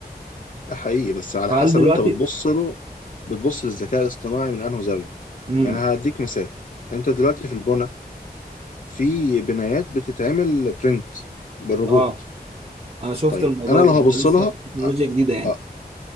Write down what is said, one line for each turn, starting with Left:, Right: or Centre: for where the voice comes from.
Left: ده حقيقي بس على
Right: فهل
Left: حسب
Right: دلوقتي
Left: انت بتبص له بتبص للذكاء الاصطناعي من انه زاوية
Right: امم
Left: يعني هديك مثال انت دلوقتي في البنا في بنايات بتتعمل برنت بالروبوت
Right: اه انا شفت
Left: طيب
Right: الموضوع
Left: انا لو
Right: ده
Left: هبص
Right: ده لسه
Left: لها
Right: تكنولوجيا
Left: أ-
Right: جديده يعني
Left: أ-